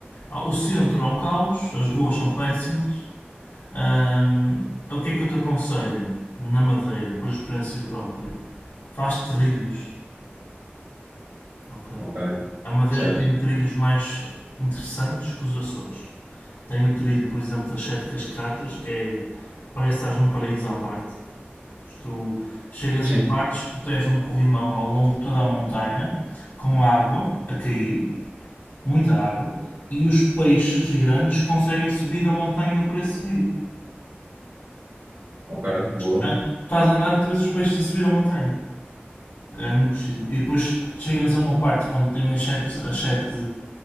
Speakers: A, on the left; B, on the right.
A: Ah, o centro é um caos, as ruas são péssimas. Hum, o que é que eu te aconselho na Madeira, por experiência própria? Faz trilhos, ok?
B: ok,
A: A Madeira
B: certo.
A: tem trilhos mais interessantes que os Açores. Tem o trilho, por exemplo, das Sete Cascatas, que é, parece que estás num paraíso à parte. Tu chegas
B: Sim,
A: em partes, tu tens um corrimão ao longo de toda a montanha, com água a cair, muita água, e os peixes grandes conseguem subir a montanha por esse rio.
B: ok, boa.
A: Ah, Tu estás a andar e tu vês os peixes a subir a montanha. É muito giro. E depois chegas a uma parte quando tem as sete, as sete,